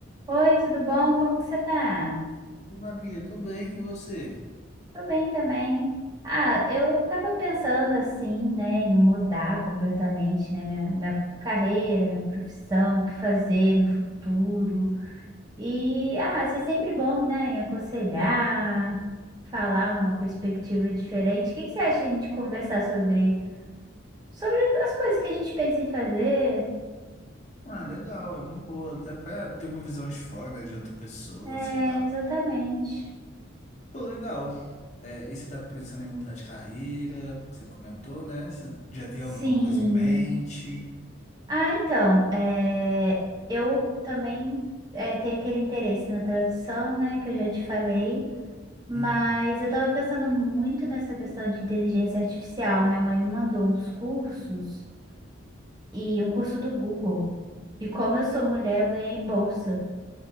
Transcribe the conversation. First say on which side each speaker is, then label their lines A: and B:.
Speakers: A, on the right; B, on the left.
A: Oi, tudo bom? Como que você tá?
B: Ô, Babi, eu tô bem, e você?
A: Tô bem também. Ah, eu tava pensando assim, né, em mudar completamente, né, minha, minha carreira, minha profissão, o que fazer no futuro. E, ah, isso é sempre bom, né, em aconselhar, falar uma perspectiva diferente. O que que você acha de a gente conversar sobre, sobre as coisas que a gente pensa em fazer?
B: Ah, legal, é uma boa, até pra ter uma visão de fora, né, de outra pessoa,
A: É,
B: sei lá.
A: exatamente.
B: Pô, legal. É, e você tá pensando em mudar de carreira? Você comentou, né? Você já tem
A: Sim.
B: alguma coisa em mente?
A: Ah, então, é, eu também é, tenho aquele interesse na tradução, né, que eu já te falei, mas
B: Hum,
A: eu estava pensando muito nessa questão de inteligência artificial. Minha mãe me mandou uns cursos e um curso do Google. E como eu sou mulher, eu ganhei bolsa.